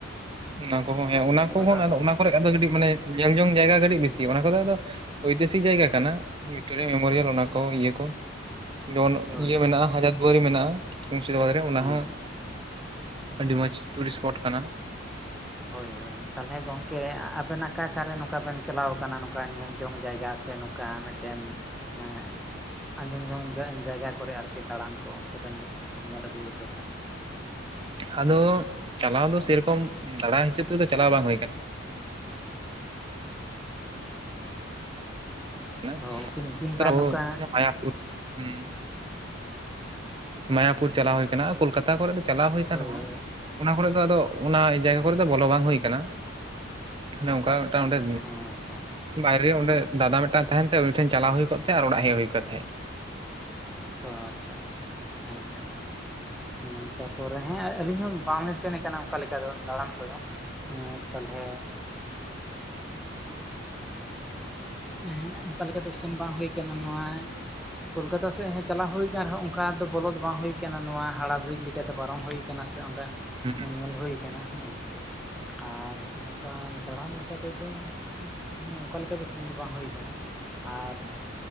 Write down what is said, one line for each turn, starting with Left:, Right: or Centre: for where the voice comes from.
Right: ᱚᱱᱟ ᱠᱚᱦᱚᱸ
Centre: ᱟᱵᱮᱱ
Right: ᱦᱮᱸ ᱚᱱᱟ
Centre: ᱵᱮᱱ
Right: ᱠᱚᱦᱚᱸ
Centre: ᱪᱟᱞᱟᱣ ᱫᱟᱲᱮᱭᱟᱜᱼᱟ
Right: ᱚᱱᱟ ᱠᱚᱨᱮ
Centre: ᱦᱳᱭ
Right: ᱟᱫᱚ ᱠᱟᱴᱤ ᱢᱟᱱᱮ ᱧᱮᱞ ᱡᱚᱝ ᱡᱟᱭᱜᱟ ᱠᱟᱹᱴᱤᱡ ᱵᱤᱥᱤ ᱚᱱᱟ ᱠᱚᱫᱚ ᱟᱫᱚ ᱳᱭᱛᱤᱦᱟᱥᱤᱠ ᱡᱟᱭᱜᱟ ᱠᱟᱱᱟ, ᱵᱷᱤᱠᱴᱳᱨᱤᱭᱟ ᱢᱮᱢᱳᱨᱤᱭᱟᱞ ᱚᱱᱟ ᱠᱚ ᱤᱭᱟᱹ ᱠᱚ᱾ ᱡᱮᱢᱚᱱ
Centre: ᱦᱳᱭ
Right: ᱤᱭᱟᱹ
Centre: ᱦᱳᱭ
Right: ᱢᱮᱱᱟᱜ-ᱟ ᱦᱟᱡᱟᱨ ᱫᱩᱣᱟᱨᱤ ᱢᱮᱱᱟᱜ-ᱟ ᱢᱩᱨᱥᱤᱫᱟᱵᱟᱫᱽ ᱨᱮ ᱚᱱᱟ
Centre: ᱦᱮᱸ
Right: ᱦᱚᱸ᱾ ᱟᱹᱰᱤ ᱢᱚᱸᱡᱽ ᱴᱩᱨᱤᱥ ᱥᱯᱚᱴ ᱠᱟᱱᱟ᱾
Centre: ᱦᱳᱭ ᱦᱳᱭ ᱛᱟᱦᱞᱮ ᱜᱚᱢᱴᱝᱠᱮ ᱟᱵᱮᱱ ᱟᱠᱟ ᱟᱠᱟᱨᱮ ᱱᱚᱝᱠᱟ ᱵᱮᱱ ᱪᱟᱞᱟᱣ ᱠᱟᱱᱟ ᱱᱚᱝᱠᱟ ᱧᱮᱞ ᱡᱚᱝ ᱡᱟᱭᱜᱟ ᱥᱮᱠᱟ ᱥᱮ ᱱᱚ ᱠᱟ ᱢᱮᱫᱴᱮᱱ ᱮᱸᱻ ᱟᱸᱡᱚᱢ ᱡᱚᱝ ᱡᱟᱭ ᱡᱟᱭᱜᱟ ᱠᱚᱨᱮ ᱟᱨᱠᱤ ᱫᱟᱬᱟᱱ ᱠᱚ ᱥᱮᱵᱮᱱ ᱧᱮᱞ ᱟᱹᱜᱩᱣ ᱟᱠᱟᱫᱟ?
Right: ᱟᱫᱚ ᱪᱟᱞᱟᱣ ᱫᱚ ᱥᱮᱨᱚᱠᱚᱢ ᱫᱟᱬᱟ ᱦᱤᱥᱟᱹᱵᱽ ᱛᱮᱫᱚ ᱪᱟᱞᱟᱣ ᱵᱟᱝ ᱦᱩᱭ ᱠᱟᱱᱟ᱾ ᱠᱟᱱᱟ,
Centre: ᱚ ᱠᱤᱱ ᱠᱤᱱᱵᱟ
Right: ᱛᱚ
Centre: ᱱᱚᱝᱠᱟ
Right: ᱢᱟᱭᱟᱯᱩᱨ ᱦᱩᱸ, ᱢᱟᱭᱟᱯᱩᱨ ᱪᱟᱞᱟᱣ ᱦᱩᱭᱠᱟᱱᱟ ᱠᱳᱞᱠᱟᱛᱟ ᱠᱚᱨᱮ ᱫᱚ ᱪᱟᱞᱟᱣ ᱦᱩᱭ ᱠᱟᱱ
Centre: ᱦᱳᱭ
Right: ᱨᱮᱦᱚᱸ
Centre: ᱦᱳᱭ
Right: ᱚᱱᱟ ᱠᱚᱨᱮ ᱫᱚ ᱟᱫᱚ ᱚᱱᱟ ᱡᱟᱭᱜᱟ ᱠᱚᱨᱮ ᱫᱚ ᱵᱚᱞᱚ ᱵᱟᱝ ᱦᱩᱭ ᱟᱠᱟᱱᱟ, ᱱᱚᱝᱠᱟ ᱢᱤᱴᱟᱹᱝ ᱚᱸᱰᱮ
Centre: ᱦᱮᱸ ᱛᱚ
Right: ᱵᱟᱭᱨᱮ ᱚᱸᱰᱮ ᱫᱟᱫᱟ ᱢᱤᱫᱴᱟᱝ ᱛᱟᱸᱦᱮᱱ ᱛᱮ ᱩᱱᱤ ᱴᱷᱮᱱ ᱪᱟᱞᱟᱣ ᱦᱩᱭ ᱠᱚᱜ ᱛᱮ ᱟᱨ ᱚᱲᱟᱜ ᱦᱮᱡ ᱦᱩᱭ ᱠᱚ ᱛᱟᱦᱮᱸᱜ᱾
Centre: ᱚ, ᱟᱪᱪᱷᱟ ᱟᱪᱪᱷᱟ ᱟᱪᱪᱷᱟ, ᱦᱮᱸ ᱛᱚ᱾ ᱦᱮᱸ ᱛᱟᱯᱚᱨᱮ ᱦᱮᱸ ᱟᱹᱞᱤᱧ ᱦᱚᱸ ᱵᱟᱝ ᱞᱤᱧ ᱥᱮᱱ ᱠᱟᱱᱟ ᱚᱜᱠᱟ ᱞᱮᱠᱟ ᱫᱚ ᱫᱟᱬᱟᱱ ᱠᱚᱫᱚ᱾ ᱦᱮᱸ ᱛᱟᱞᱦᱮ ᱦᱮᱸ ᱚᱱᱠᱟ ᱞᱮᱠᱟ ᱫᱚ ᱥᱮᱱ ᱵᱟᱝ ᱦᱩᱭ ᱠᱟᱱᱟ ᱱᱚᱣᱟ ᱠᱳᱞᱠᱟᱛᱟ ᱥᱮᱫ ᱦᱮᱡ ᱪᱟᱞᱟᱣ ᱦᱩᱭ ᱟᱠᱟᱱ ᱨᱮᱦᱚᱸ ᱚᱱᱠᱟ ᱫᱚ ᱵᱚᱞᱚ ᱫᱚ ᱵᱟᱝ ᱦᱩᱭ ᱟᱠᱟᱱᱟ ᱱᱚᱣᱟ ᱦᱟᱳᱲᱟ ᱵᱨᱤᱡᱽ ᱞᱮᱠᱟᱛᱮ ᱯᱟᱨᱚᱢ ᱦᱩᱭ ᱟᱠᱟᱱᱟ ᱥᱮ ᱚᱸᱰᱮ
Right: ᱦᱩᱸ
Centre: ᱧᱮᱧᱮᱞ ᱦᱩᱭ ᱠᱟᱱᱟ ᱦᱮᱸ, ᱟᱨ ᱱᱚᱝᱠᱟᱱ ᱫᱟᱬᱟᱱ ᱞᱮᱠ ᱞᱮᱠᱟ ᱛᱮᱫᱚ, ᱦᱮᱸ ᱚᱱᱠᱟ ᱞᱮᱠᱟ ᱫᱚ ᱥᱮᱱ ᱫᱚ ᱵᱟᱝ ᱦᱩᱭ ᱠᱟᱱᱟ, ᱟᱨ